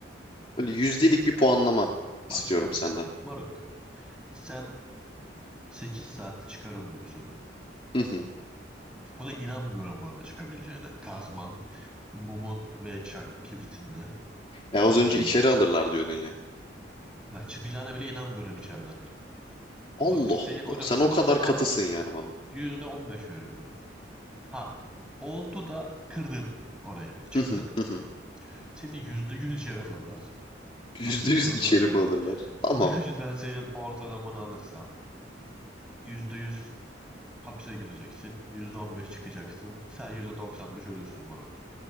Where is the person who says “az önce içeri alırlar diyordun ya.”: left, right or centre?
Left